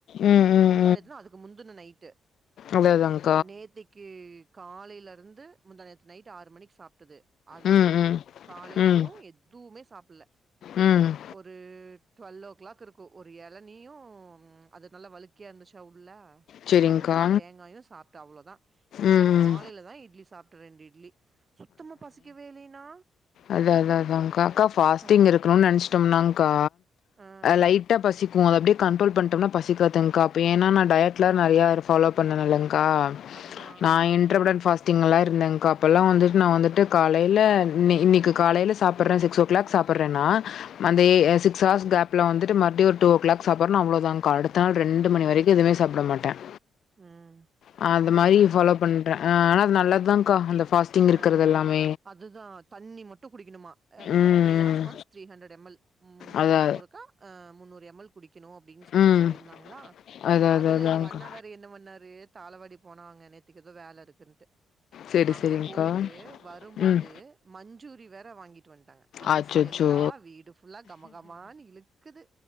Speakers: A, on the left; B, on the right.
A: ம் ம் ம்
B: முந்தாநேத்துனா அதுக்கு முந்தின நைட்டு
A: அவ்ளோதாங்க
B: நேத்திக்கு காலையில இருந்து முந்தா நேத்து நைட்டு ஆறு மணிக்கு சாப்ட்டது ஆறு மணியோட
A: ம்
B: சரி
A: ம்
B: காலையிலயு
A: ம்
B: எதுவுமே சாப்பட்ல
A: ம்
B: ஒரு டுவெல் ஓ கிளாக் இருக்கு ஒரு ஏழனியு அது நல்ல வலுக்கியா இருந்துச்சா உள்ள
A: சரிங்க்கா.
B: அந்த காய் தேங்காயு சாப்ட்டு அவ்ளோதா இன்னைக்கு
A: ம்.
B: காலையில தா இட்லி சாப்ட்ட ரெண்டு இட்லி சுத்தமா பசிக்கவே இல்லைனா
A: அதா அதா அதா அக்கா அக்கா ஃபாஸ்டிங்
B: ஆ,
A: இருக்குணுனு நெனச்சிட்டோனாக்கா
B: ஆ,
A: லைட் ட்டா பசிக்கும் அத அப்டியே கன்ட்ரோல் பண்ணிட்டம்னா பசிக்காதுங்க்கா இப்ப ஏன்னா நா டயட்லாம் நெறையா ஃபாலோ பண்ணன்ல்லங்க்கா
B: அதுதான்.
A: நான்
B: ஆ,
A: இன்ரவுடன் ஃபாஸ்டிங்லாம் இருந்தேங்க்கா அப்பல்லாம் வந்து நான் வந்துட்டு காலையில இன் இன்னிக்கு காலையில சாப்பிட்றேன் சிக்ஸ் ஓ க்ளாக் சாப்பிட்றன் நா அந்த
B: ம்,
A: எ சிக்ஸ் ஹார்ஸ் கேப்ல வந்துட்டு மறுப்டியு ஒரு ட்உ ஓ க்ளாக் சாப்புறோனா அவ்ளோ தான் கா அடுத் த நாள் ரெண்டு
B: ம்,
A: மணி வரிக்கும் எதுமே சாப்ட மாட்டேன்
B: ம்
A: அ அது மாரி
B: அதான்.
A: ஃபாலோ பண்றேன் ஆனா அது நல்லதுதாக்கா அந்த ஃபாஸ்டிங் இருக்கிறது
B: ஆ
A: எல்லாமே
B: அதுதான் தண்ணி மட்டு குடிக்கணுமா அப்டின்னா
A: ம்,
B: த்ரீ ஹார்ஸ்
A: ம்.
B: Once three hundred M L மூணு மண்
A: அதா
B: நேரத்துக்கு ஒரு க்கா முன்னூறு எம்எல் குடிக்குணும் அப்டின் சொல்லி
A: ம்.
B: சொல்லியிருந்தாங்களா
A: அது அது
B: அதுல
A: அதான்க்கா.
B: இங் கண்ணா வேற என்ன பண்ணாரு தாளவாடி போனாங்க நேத்துக்கு ஏதோ வேல இருக்குன்ட்டு
A: சரி,
B: அங்க
A: சரிங்க்கா.
B: போயிட்டு வரும்போது
A: ம்.
B: மஞ்சூரி வேற வாங்கிட்டு வன்ட்டாங்க அது
A: அச்சச்சோ!
B: ஸ்மெல்லா வீடு ஃபுல்லா கமகமான்னு இழுக்குது